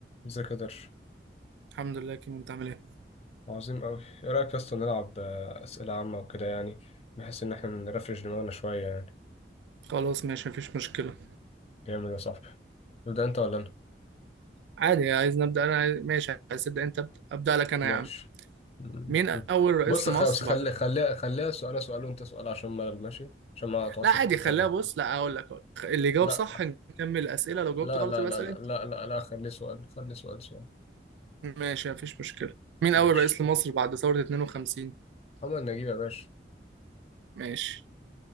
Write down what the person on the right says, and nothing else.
الحمد لله كيمو انت عامل ايه
خلاص ماشي مفيش مشكله
عادي عايز نبدا انا عايز... ماشي عايز تبدا انت ابدا ابدا لك انا
يا عم
مين اول رئيس
لمصر
بعد
لا عادي
خليها بص لا اقول لك أقول لك. اللي جاوب
صح نكمل الاسئله لو
جاوبت غلط
يبقى
اسال
انت
ماشي مفيش مشكله مين
اول رئيس لمصر بعد ثوره 52
ماشي